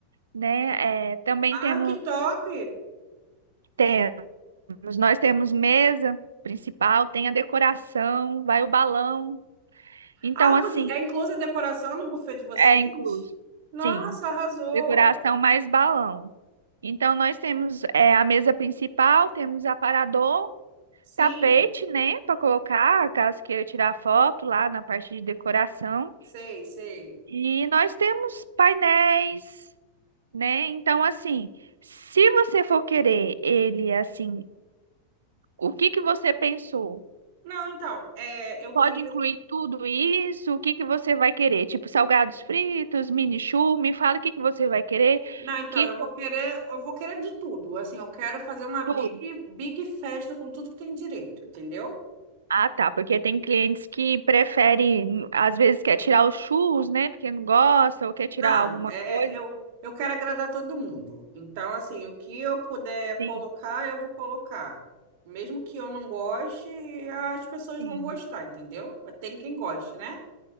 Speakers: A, on the right; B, on the right.
A: né? É, também
B: Ah,
A: temos,
B: que top!
A: temos, nós temos mesa principal, tem a decoração, vai o balão. Então,
B: Ah,
A: assim,
B: você, é inclusa a decoração no buffet de vocês?
A: é incluso.
B: Nossa,
A: Sim,
B: arrasou!
A: decoração mais balão. Então, nós temos é, a mesa principal, temos aparador,
B: Sim,
A: tapete, né, para colocar, caso queira tirar foto lá na parte de decoração.
B: sei, sei.
A: E nós temos painéis, né? Então, assim, se você for querer ele assim, o que que você pensou?
B: Não, então, é, eu queria.
A: Pode incluir tudo isso? O que que você vai querer? Tipo, salgados fritos, mini churro, me fala o que que você vai querer.
B: Não, então,
A: Que
B: eu
A: que
B: vou
A: eu-
B: querer, eu vou querer de tudo. Assim, eu quero fazer uma big,
A: tudo.
B: big festa com tudo que tem direito, entendeu?
A: Ah, tá, porque tem clientes que preferem, às vezes quer tirar os churros, né? Porque não gosta ou quer tirar
B: Não,
A: alguma
B: é,
A: coisa.
B: eu, eu quero agradar todo mundo. Então, assim, o que eu puder
A: Sim.
B: colocar, eu vou colocar. Mesmo que eu não goste, as pessoas
A: Sim.
B: vão gostar, entendeu? Mas Tem quem goste, né?